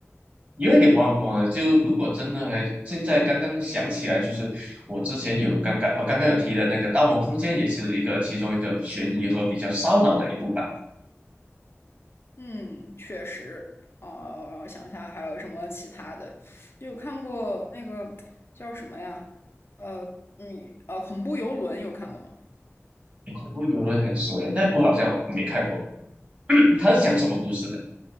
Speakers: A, on the right (about 25°); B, on the left (about 50°).
A: 有一点忘光了。就如果真的还现在刚刚想起来，就是我之前有刚刚哦刚刚有提的那个《盗梦空间》也是一个其中一个悬疑和比较烧脑的一部吧。
B: 嗯，确实。哦，让我想一下还有什么其他的，有看过那个叫什么呀？呃，嗯，呃，恐怖游轮有看过吗？
A: 恐怖游轮很熟耶，那部好像我没看过。他是讲什么故事的？